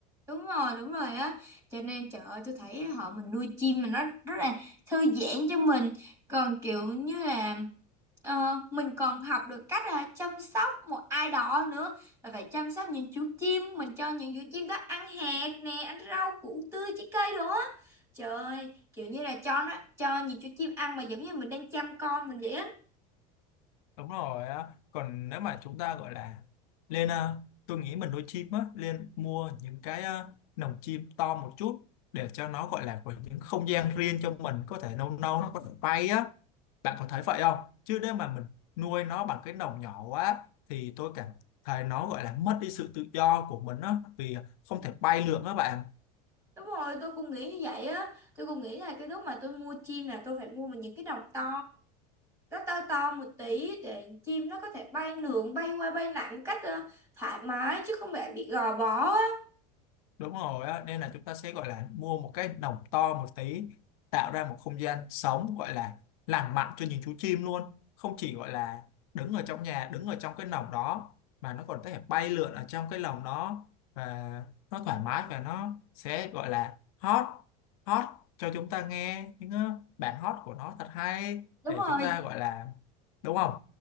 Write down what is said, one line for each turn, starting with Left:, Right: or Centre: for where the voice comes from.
Right: đúng rồi đúng rồi á cho nên trời ơi tôi thấy họ mình nuôi chim mà nó rất là thư giãn cho mình còn kiểu như là ờ, mình còn học được cách là chăm sóc một ai đó nữa rồi phải chăm sóc những chú chim mình cho những chú chim đó ăn hạt nè ăn rau củ tươi trái cây đồ á trời ơi kiểu như là cho nó cho những chú chim ăn mà giống như mình đang chăm con mình vậy á
Left: đúng rồi á còn nếu mà chúng ta gọi là lên à, tôi nghĩ mình nuôi chim á lên mua những cái à, lồng chim to một chút để cho nó gọi là có những không gian riêng cho mình có thể nâu nâu nó có thể bay á bạn có thấy vậy không chứ nếu mà mình nuôi nó bằng cái lồng nhỏ quá thì tôi cảm thấy nó gọi là mất đi sự tự do của mình á vì không thể bay lượn á bạn
Right: đúng rồi tôi cũng nghĩ như vậy á tôi cũng nghĩ là cái lúc mà tôi mua chim là tôi phải mua mình những cái đồng to nó to to một tí để chim nó có thể bay lượn bay qua bay lại một cách ờ, thoải mái chứ không phải bị gò bó á
Left: đúng rồi á nên là chúng ta sẽ gọi là mua một cái lồng to một tí tạo ra một không gian sống gọi là lành mạnh cho những chú chim luôn không chỉ gọi là đứng ở trong nhà đứng ở trong cái lồng đó mà nó còn có thể bay lượn ở trong cái lồng đó và nó thoải mái và nó sẽ gọi là hót hót cho chúng ta nghe những ờ, bản hót của nó thật hay
Right: đúng
Left: để
Right: rồi
Left: chúng ta gọi là đúng không